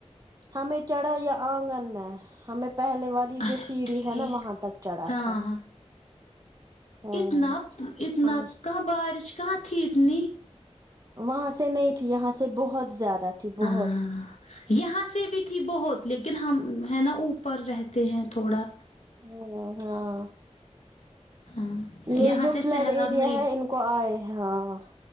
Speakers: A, on the right; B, on the left.
A: ہمیں چڑھا یا آنگن میں ہمیں پہلے والا یہ
B: اچھا
A: جو سیڑھی
B: ٹھیک
A: ہے نا وہاں تک چڑھا
B: ہاں
A: تھا
B: ہاں
A: ہوں
B: اتنا پ اتنا
A: ہاں
B: کہاں بارش کہاں تھی اتنی
A: وہاں سے نہیں تھی یہاں سے بہت زیادہ تھی
B: ہاں
A: بہت
B: ہاں یہاں سے بھی تھی بہت لیکن ہم ہے نا اوپر رہتے ہیں تھوڑا
A: ہوں ہاں
B: ہاں
A: یہ
B: یہاں
A: جو
B: سے
A: فلڈ
B: سیلاب
A: ایریا
B: نہیں
A: ہے ان کو آئے ہاں